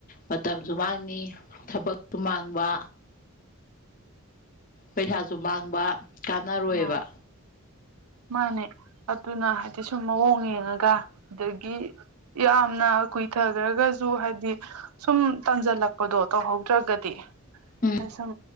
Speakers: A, on the left; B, on the right.
A: ꯃꯇꯝꯖꯨ ꯃꯥꯡꯅꯤ ꯊꯕꯛꯁꯨ ꯃꯥꯡꯕ ꯄꯩꯁꯥꯖꯨ ꯃꯥꯡꯕ ꯀꯥꯟꯅꯔꯣꯏꯕ
B: ꯑꯥꯎ ꯃꯥꯅꯦ ꯑꯗꯨꯅ ꯍꯥꯏꯗꯤ ꯁꯨꯝ ꯃꯑꯣꯡ ꯌꯦꯡꯉꯒ ꯑꯗꯒꯤ ꯌꯥꯝꯅ ꯀꯨꯏꯊꯒ꯭ꯔꯒ ꯖꯨ ꯍꯥꯏꯗꯤ ꯁꯨꯝ ꯇꯟꯖꯜꯂꯛꯄꯗꯣ ꯇꯧꯍꯧꯗ꯭ꯔꯒꯗꯤ
A: ꯎꯝ
B: ꯑꯩ ꯁꯨꯝ